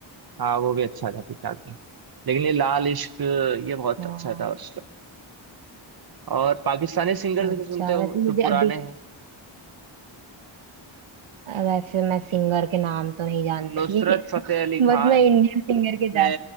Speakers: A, on the right (about 50°); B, on the right (about 80°).
A: हाँ वो भी अच्छा था ठीक ठाक था लेकिन ये लाल इश्क ये बहुत
B: हाँ
A: अच्छा था उसका और पाकिस्तानी सिंगर्स
B: अच्छा
A: भी सुनते हो
B: वैसे मुझे
A: जो पुराने
B: अभी
A: हैं
B: वैसे मैं सिंगर के नाम तो नहीं जानती
A: नुसरत
B: <laughs>
A: फतेह अली
B: बस
A: खान
B: मैं इंडियन सिंगर के
A: मैं
B: जान